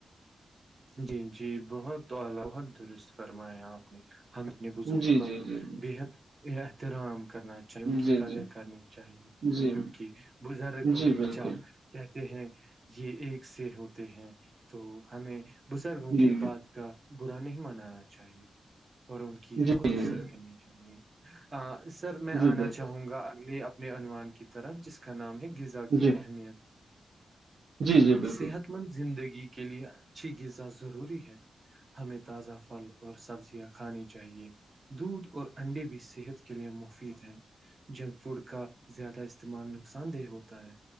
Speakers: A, on the right; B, on the right.
A: جی جی بہت اع بہت درست فرمایا آپ نے ہم اپنے
B: ہے
A: بزرگوں
B: جی
A: کا
B: جی جی
A: بے حد احترام کرنا چاہے ان کی
B: جی
A: قدر
B: جی
A: کرنی چاہے
B: جی
A: کیونکہ بزرگ
B: جی
A: اور
B: بالکل
A: بچا کہتے ہیں یہ ایک سے ہوتے ہیں تو ہمیں بزرگوں
B: جی
A: کی بات کا برا نہیں منانا چاہیے اور ان کی
B: جی جی
A: بہت عزت
B: جی
A: کرنی چاہے سر میں آنا
B: جی بالکل
A: چاہوں گا اگل عنوان کی طرح جس کا نام ہے غذا کی
B: جی
A: اہمیت
B: جی جی بالکل
A: صحت مند زندگی کے لیے اچھی غذا ضروری ہے ہمیں تازہ پھل اور سبزیاں کھانی چاہیے دودھ اور انڈے بھی صحت کے لیے مفید ہیں جنک فوڈ کا زیادہ استعمال نقصان دہ ہوتا ہے